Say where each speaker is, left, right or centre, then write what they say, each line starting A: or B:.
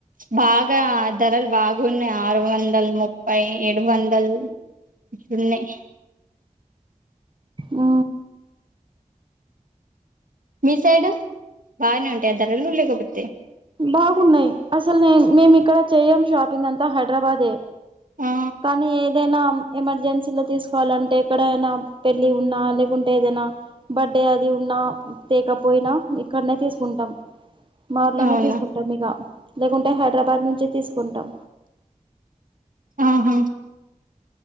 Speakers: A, on the right (about 75°); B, on the right (about 35°).
A: బాగా ధరల్ బాగున్నయి ఆ ఆరు వందలు ముప్పై ఏడు వందల్ ఉన్నయ్
B: ఆ
A: మీ సైడు బాగనే ఉంటాయా ధరలు లేకపోతే
B: బాగున్నాయి అసలు నేన్ మేం ఇక్కడ చెయ్యం షాపింగ్ అంతా హైడ్రాబాదే
A: ఆ
B: కానీ ఏ దైనా ఎమర్జెన్సీలో తీసుకోవాలంటే ఎక్కడైనా పెళ్ళి ఉన్నా లేకుంటే ఏదైనా బడ్ డే అది ఉన్నా తేకపోయినా ఇక్కడనే తీసుకుంటాం మా ఊర్లనే
A: అవునా
B: తీసుకుంటాం ఇక లేకుంటే హైడ్రాబాద్ నుంచే తీసుకుంటాం
A: ఆహా